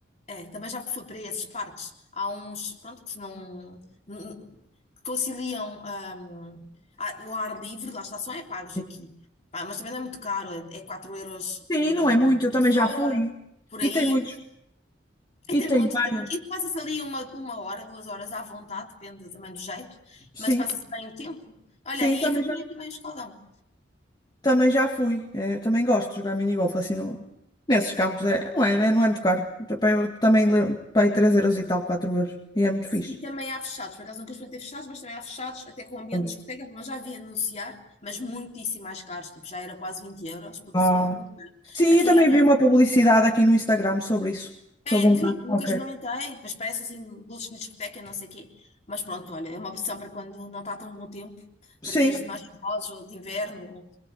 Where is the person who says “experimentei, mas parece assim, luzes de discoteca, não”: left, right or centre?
Left